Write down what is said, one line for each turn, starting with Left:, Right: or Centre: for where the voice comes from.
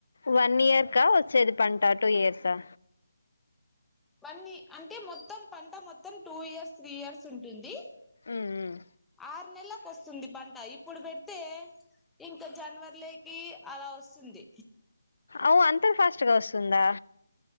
Left: వన్ ఇయర్కా వచ్చేది పంట టూ ఇయర్సా
Centre: అన్నీ అంటే మొత్తం పంట మొత్తం టూ ఇయర్స్ త్రీ ఇయర్స్ ఉంటుంది
Left: ఉమ్ ఉమ్
Centre: ఆరు నెలకు వస్తుంది పంట ఇప్పుడు పెడితే ఇంకా జనవర్లకి అలా వస్తుంది
Left: అవు అంతే ఫాస్ట్గా వస్తుందా